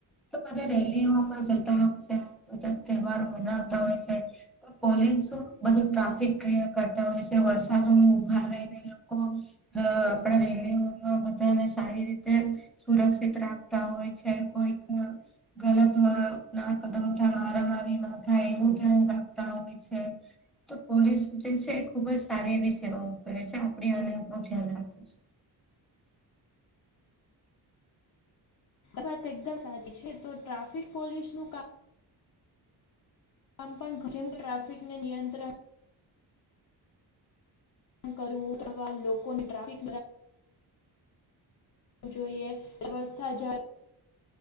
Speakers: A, in the centre; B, on the left.
A: તો બધા રેલીઓમાં જતા હોય છે બધા તહેવારો મનાવતા હોય છે. પોલીસું બધું ટ્રાફિક ક્લિયર કરતા હોય છે વરસાદોમાં ઊભા રહીને લોકો અ આપડા રેલીઓમાં બધાને સારી રીતે સુરક્ષિત રાખતા હોય છે કોઈક ગલત ના કદમ ઉઠા મારા મારી ના થાય એનું ધ્યાન રાખતા હમ છે. તો પોલીસ જે છે ખુબ જ સારી એવી સેવાઓ કરે છે આપ અને આપડું ધ્યાન રાખી છે.
B: વાત એકદમ સાચી છે તો ટ્રાફિક પોલીસ નું કામ આમ પણ જેમ ટ્રાફિકને નિયંત્રણ કરવુ લોકોને ટ્રાફિક જોઈએ વ્યવસ્થા જ.